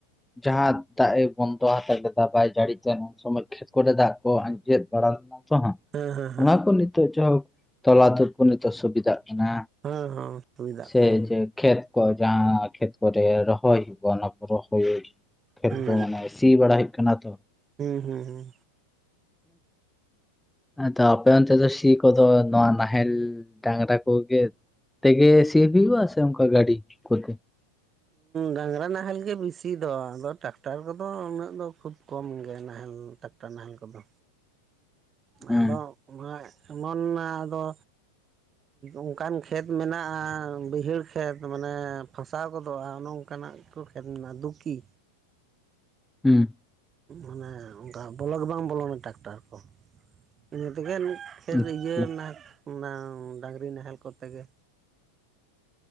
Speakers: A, in the centre; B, on the right (about 25°).
A: ᱡᱟᱦᱟᱸ ᱫᱟᱜ ᱮ ᱵᱚᱱᱫᱚ ᱦᱟᱛᱟᱣ ᱞᱮᱫᱟ ᱵᱟᱭ ᱡᱟᱹᱲᱤ ᱛᱟᱦᱮ ᱩᱱ ᱥᱚᱢᱚᱭ ᱪᱮᱫ ᱠᱚᱨᱮ ᱫᱟᱜ ᱠᱚ ᱟᱸᱡᱮᱫ ᱵᱟᱲᱟ ᱞᱮᱱᱟ? ᱠᱟᱦᱟᱸᱜ
B: ᱦᱮᱸ ᱦᱮᱸ
A: ᱚᱱᱟ ᱠᱚ ᱱᱤᱛᱚᱜ ᱡᱟᱭᱦᱳᱠ ᱛᱚᱞᱟᱛᱩᱨ ᱠᱚ ᱱᱤᱛᱚᱜ ᱥᱩᱵᱤᱫᱷᱟᱜ ᱠᱟᱱᱟ
B: ᱦᱮᱸ ᱦᱮᱸ ᱦᱩᱭ ᱫᱟᱜ
A: ᱥᱮ
B: ᱠᱟᱱᱟ
A: ᱡᱮ ᱠᱷᱮᱛ ᱠᱚ ᱡᱟᱦᱟᱸ ᱠᱷᱮᱛ ᱠᱚᱨᱮ ᱨᱚᱦᱚᱭ ᱦᱵ ᱚᱱᱟ ᱠᱚ ᱨᱚᱭ ᱠᱷᱮᱛ
B: ᱦᱩᱸ
A: ᱠᱚ ᱢᱟᱱᱮ ᱥᱤ ᱵᱟᱲᱟ ᱦᱩᱭᱩᱜ ᱠᱟᱱᱟ ᱛᱚ᱾
B: ᱦᱩᱸ ᱦᱩᱸ ᱦᱩᱸ
A: ᱟ ᱟᱯᱮ ᱚᱱᱛᱮ ᱫᱚ ᱥᱤ ᱠᱚᱫᱚ ᱱᱚᱣᱟ ᱱᱟᱦᱮᱞ ᱰᱟᱝᱨᱟ ᱠᱚᱜᱮ ᱛᱮᱜᱮ ᱥᱤᱯ ᱦᱩᱭᱩᱜᱼᱟ ᱥᱮ ᱚᱱᱠᱟ ᱜᱟᱹᱰᱤ ᱠᱚᱛᱮ?
B: ᱰᱟᱝᱨᱟ ᱱᱟᱦᱮᱞ ᱜᱮ ᱵᱤᱥᱤ ᱫᱚ ᱟᱫᱚ ᱴᱨᱟᱠᱴᱟᱨ ᱠᱚᱫᱚ ᱩᱱᱟᱹᱜ ᱫᱚ ᱠᱷᱩᱵ ᱠᱚᱢ ᱜᱮ ᱱᱟᱦᱮᱞ ᱛᱟ ᱱᱟᱦᱮᱞ ᱠᱚᱫᱚ᱾
A: ᱦᱮᱸ
B: ᱟᱫᱚ ᱮᱢᱚᱱ ᱟᱫᱚ ᱚᱱᱠᱟᱱ ᱠᱷᱮᱛ ᱢᱮᱱᱟᱜᱼᱟ ᱵᱟᱹᱭᱦᱟᱹᱲ ᱠᱷᱮᱛ ᱢᱟᱱᱮ ᱯᱷᱟᱥᱟᱣ ᱜᱚᱫᱚᱜᱼᱟ᱾ ᱚᱱᱮ ᱚᱱᱠᱟᱱᱟᱜ ᱜᱮ ᱠᱚ ᱠᱷᱮᱛ ᱮᱱᱟ ᱫᱷᱩᱠᱤ
A: ᱦᱮᱸ
B: ᱢᱟᱱᱮ ᱚᱱᱠᱟ ᱵᱚᱞᱚ ᱵᱟᱝ ᱵᱚᱞᱚᱱᱟ ᱴᱟᱠᱴᱟᱨ ᱠᱚ ᱤᱱᱟᱹ ᱛᱮᱜᱮ ᱯᱷᱮᱨ
A: ᱟᱪᱪᱷᱟ
B: ᱤᱭᱟᱹ ᱱᱟᱦᱮᱞ ᱚᱱᱟ ᱰᱟᱝᱨᱤ ᱱᱟᱦᱮᱞ ᱠᱚᱛᱮ ᱜᱮ